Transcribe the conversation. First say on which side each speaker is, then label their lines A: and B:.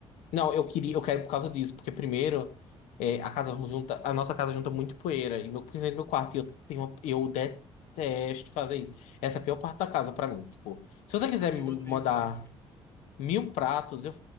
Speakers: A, on the left; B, on the left.
A: Não, eu queria, eu quero por causa disso, porque primeiro é, a casa junta, a nossa casa junta muito poeira e meu, principalmente meu quarto, e eu tenho uma- eu detesto fazer isso. Essa é a pior parte da casa pra mim, tipo, se você quiser
B: Na-
A: me
B: Eu odeio
A: mandar
B: varrer também.
A: Mil pratos, eu.